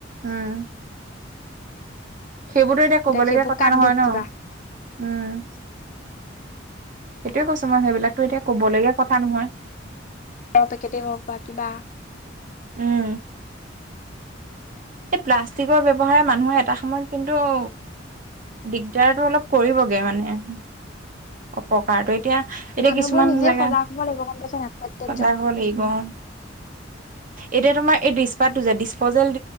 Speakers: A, on the right; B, on the left.
A: উম। সেইবোৰতো এতিয়া কবলগীয়া
B: সেইবোৰ
A: কথা
B: কাক
A: নহয়
B: দুখ
A: ন
B: দিবা
A: উম।
B: <inaudible>
A: সেইটোৱে কৈছো মই সেইবিলাকতো এতিয়া ক'বলগীয়া কথা নহয়।
B: আও পেকেটে হওক বা কিবা -
A: উম এই প্লাষ্টিকৰ ব্যৱহাৰে মানুহে এটা সময়ত কিন্তু - দিগদাৰটো অলপ কৰিবগে মানে - অপকাৰটো এতিয়া এতিয়া
B: মানুহবোৰ
A: কিছুমান
B: নিজে
A: জেগাত
B: সজাগ হ'ব লাগিব গম পাইছা নাই প্ৰত্যেকজন
A: সজাগ হ'ল <unintelligible> এতিয়া তোমাৰ এই ডিছপাতটো যে ডিচপ'জেল